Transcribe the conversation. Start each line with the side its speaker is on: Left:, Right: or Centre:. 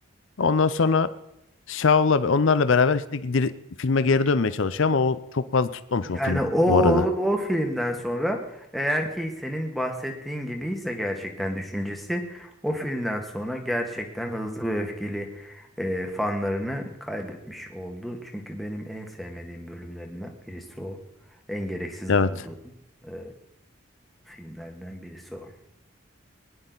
Left: Ondan sonra Shaw'la onlarla beraber işte geri- filme geri dönmeye çalışıyor ama o çok fazla tutmamış
Centre: Yani
Left: o film
Centre: o o
Left: bu arada.
Centre: o filmden sonra eğer ki senin bahsettiğin gibi ise gerçekten düşüncesi o filmden sonra gerçekten hızlı ve öfkeli e, fanlarını kaybetmiş oldu. Çünkü benim en sevmediğim bölümlerinden birisi o. En gereksiz
Left: Evet.
Centre: bulduğum e, filmlerden birisi o.